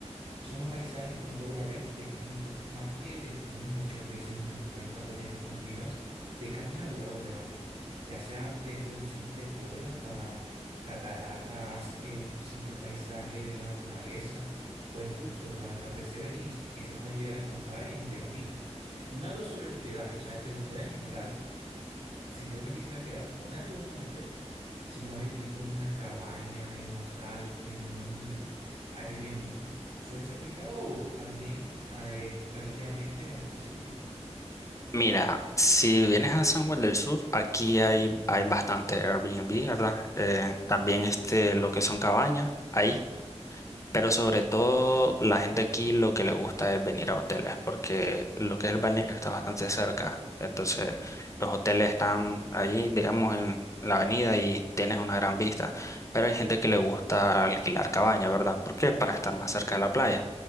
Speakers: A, on the right; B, on the left.
A: son los paisajes que uno logra ver de camino. Más que el destino, muchas veces uno encuentra joyas escondidas de camino al lugar donde va. Ya sea desde un simple pueblo hasta cataratas, el simple paisaje de la naturaleza o incluso los atardeceres y- que se pueden llegar a encontrar en de camino. Y una duda sobre el hospedaje, o sea, el hospedaje en general si yo me quisiera quedar, no tanto en un hotel, sino más bien tipo en una cabaña, en un hostal, en un Airbnb, suele ser muy caro o también eh, relativamente accesible.
B: Mira, si vienes a San Juan del Sur, aquí hay, hay bastante Airbnb, ¿verdad? Eh, también este, lo que son cabañas, ahí. Pero sobre todo la gente aquí lo que le gusta es venir a hoteles, porque lo que es el balneario está bastante cerca. Entonces, los hoteles están ahí, digamos, en la avenida y tienes una gran vista. Pero hay gente que le gusta alquilar cabaña, ¿verdad? ¿Por qué? Para estar más cerca de la playa.